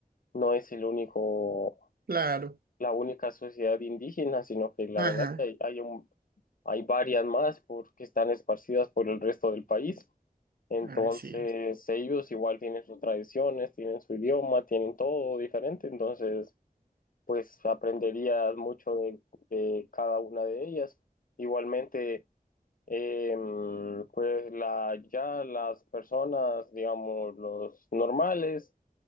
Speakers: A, on the left (about 65°); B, on the right (about 80°).
A: no es el único,
B: claro.
A: la única sociedad indígena, sino que la
B: Ajá.
A: verdad que hay, hay un, hay varias más porque están esparcidas por el resto del país. Entonces,
B: Así es.
A: ellos igual tienen sus tradiciones, tienen su idioma, tienen todo diferente. Entonces, pues aprenderías mucho de, de cada una de ellas. Igualmente. Em, pues la, ya las personas, digamos, los normales,